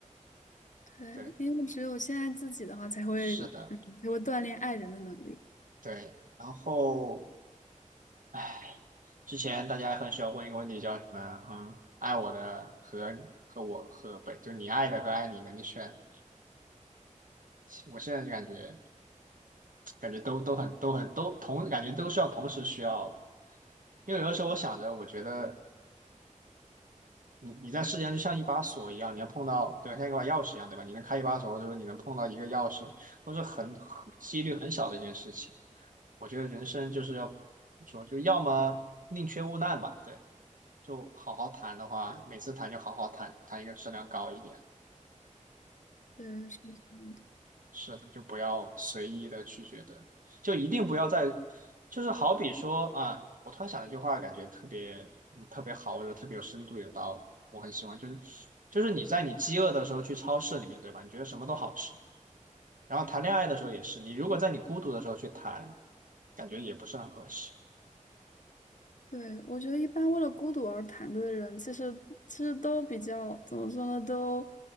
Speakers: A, on the left (about 70°); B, on the right (about 85°).
A: 对，
B: 对，
A: 因为只有先爱自己的话，才会嗯，
B: 是的，
A: 才会锻炼爱人的能力。
B: 对。然后，哎，之前大家很喜欢问一个问题，叫什么？嗯，爱我的和和我和本，就你爱的和爱你的，你选。我现在就感觉感觉都都很都很都同，感觉都是要同时需要的。因为有的时候我想着，我觉得。你你在世界上就像一把锁一样，你能碰到，对，像一把钥匙一样，对吧？你能开一把锁，或者说你能碰到一个钥匙，都是很很几率很小的一件事情。我觉得人生就是要怎么说，就要么宁缺毋滥吧，对，就好好谈的话，每次谈就好好谈，谈一个质量高一点。
A: 对，是这样的。
B: 是的，就不要随意的去觉得，就一定不要在，就是好比说啊，我突然想了一句话，感觉特别嗯特别好，我觉得特别有深度，有道理，我很喜欢，就是就是你在你饥饿的时候去超市里面，对吧？你觉得什么都好吃，然后谈恋爱的时候也是，你如果在你孤独的时候去谈，感觉也不是很合适。
A: 对，我觉得一般为了孤独而谈的人，其实其实都比较怎么说呢？都